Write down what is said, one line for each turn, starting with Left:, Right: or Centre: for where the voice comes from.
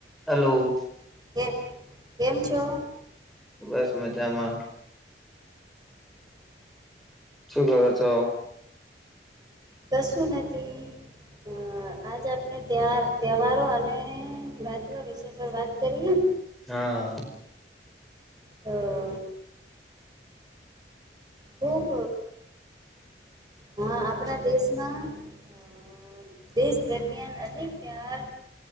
Centre: Hello.
Right: કે કેમ છો.
Centre: બસ મજામાં. શું કરો છો?
Right: કસુું નથી. અ આજ આપણે ત તહેવારો અને <inaudible> વિષય પર વાત કરીએ.
Centre: હા.
Right: <unintelligible> ખુબ હા આપણા દેશમાં અ દેશ દરમિયાન અનેક ત્યવહાર